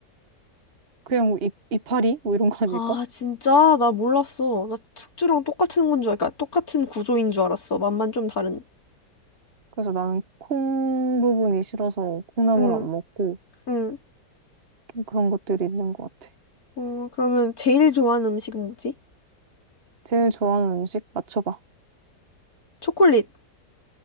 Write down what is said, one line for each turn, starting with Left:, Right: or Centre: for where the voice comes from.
Right: 그냥 이, 이파리? 뭐 이런 거
Left: 아,
Right: 아닐까?
Left: 진짜? 나 몰랐어. 나 숙주랑 똑같은 건 줄 알까? 똑같은 구조인 줄 알았어. 맛만 좀 다른.
Right: 그래서 나는 콩 부분이 싫어서 콩나물
Left: 응,
Right: 안 먹고
Left: 응.
Right: 좀 그런 것들이 있는 것 같아.
Left: 어, 그러면 제일 좋아하는 음식은 뭐지?
Right: 제일 좋아하는 음식 맞춰봐.
Left: 초콜릿.